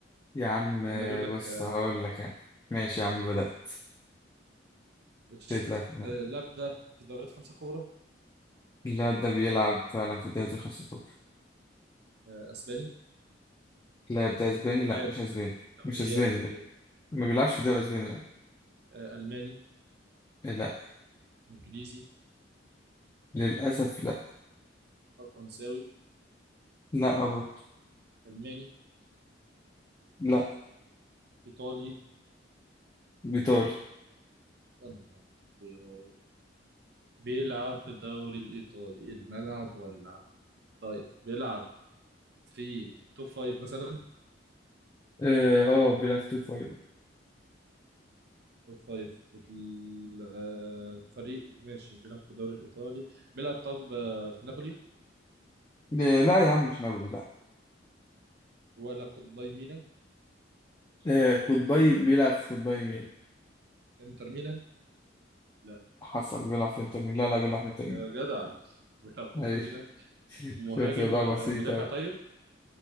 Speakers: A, on the left (about 20°); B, on the right (about 60°).
A: يا عم
B: لما أجيب لك
A: بص
B: آه،
A: هقول لك انا ماشي يا عم بدأت
B: قشطة
A: تطلع في دماغي
B: أه اللاعب ده في دوريات خمسة كبرى
A: اللاعب ده بيلعب فعلا في الدوري الخمسة الكبرى
B: أه أسباني
A: اللاعب ده اسباني
B: دوريات
A: لا مش اسباني
B: دوريات
A: مش اسباني
B: دوريات
A: لا ما بيلعبش في الدوري الاسباني لا
B: أه ألماني
A: لا
B: إنجليزي
A: للأسف لا
B: فرنساوي
A: لا برضه
B: ألماني
A: لا
B: إيطالي
A: بيطالي
B: يا نهار أبيض. بيلعب في الدوري الإيطالي الملعب ولع طيب بيلعب في توب فايف مثلا
A: اه آه، بيلعب تو فايف
B: توب فايف ال- آه، فريق ماشي بيلعب في الدوري الإيطالي بيلعب طب آه، في نابولي
A: لا لا يا عم مش نابولي لا
B: ولا في باي ميلان
A: آه قطبي بيلعب في قطبي ميل
B: انتر ميلان لا
A: حصل بيلعب في انتر ميل لا لا بيلعب في انتر ميل
B: يا جدع <laughs> بيلعب في
A: ايوه
B: انتر ميلان مهاجم
A: شوية رياضة
B: ولا
A: بسيطة
B: آه، مدافع طيب